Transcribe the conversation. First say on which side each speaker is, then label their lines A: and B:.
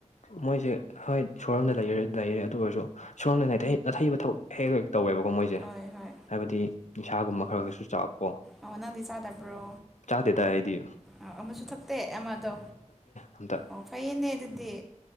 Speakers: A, on the left (about 75°); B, in the centre.
A: ꯃꯣꯏꯁꯦ ꯍꯣꯏ ꯁꯣꯔꯣꯨꯝꯗ ꯂꯩ ꯂꯩꯔꯦ ꯑꯗꯨ ꯑꯣꯏꯔꯁꯨ ꯁꯣꯝꯗ ꯅꯥꯅꯥꯊꯩꯕ ꯊꯛ ꯍꯦꯛ ꯂꯣꯏ ꯇꯧꯋꯕꯀꯣ ꯃꯣꯏꯁꯦ
B: ꯍꯣꯏ ꯍꯣꯏ
A: ꯍꯥꯏꯕꯗꯤ ꯅꯤꯥꯒꯨꯝꯕ ꯈꯔ ꯈꯔꯁꯨ ꯆꯥꯕꯀꯣ
B: ꯑꯣ ꯅꯪꯗꯤ ꯆꯥꯗꯕ꯭ꯔꯣ
A: ꯆꯥꯗꯦꯗ ꯍꯥꯏꯗꯤ
B: ꯑꯣ ꯑꯃꯁꯨ ꯊꯛꯇꯦ ꯑꯃꯗꯣ
A: ꯑꯝꯇ
B: ꯑꯣ ꯐꯩꯌꯦꯅꯦ ꯑꯗꯨꯗꯤ